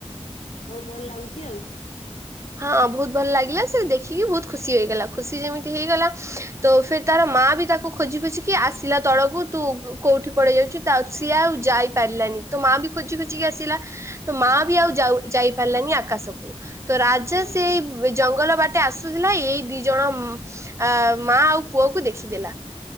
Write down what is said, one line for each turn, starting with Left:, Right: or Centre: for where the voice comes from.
Left: ବହୁତ ଭଲ ଲାଗୁଛି ଆଉ।
Right: ହଁ ବହୁତ ଭଲ ଲାଗିଲା ସେ ଦେଖିକି ବହୁତ ଖୁସି ହେଇଗଲା ଖୁସି ଯେମିତି ହେଇଗଲା ତ ଫିର ତାର ମା ବି ତାକୁ ଖୋଜି ଖୋଜି କି ଆସିଲା ତଳକୁ ତୁ କୋଉଠି ପଳେଇ ଯାଉଚୁ। ତାଉ ସିଏ ଆଉ ଯାଇ ପାରିଲାନି ତ ମା ବି ଖୋଜି ଖୋଜିିକି ଆସିଲା। ତ ମା ବି
Left: ହୁଁ
Right: ଆଉଯାଉ ଯାଇପାରିଲାନି ଆକାଶକୁ ତ ରାଜା
Left: ହୁଁ
Right: ସେ
Left: ହୁଁ
Right: ଜଙ୍ଗଲ ବାଟେ ଆସୁଥିଲା ଏଇ ଦି ଜଣ ଆ ମା ଆଉ ପୁଅକୁ ଦେଖିଦେଲା।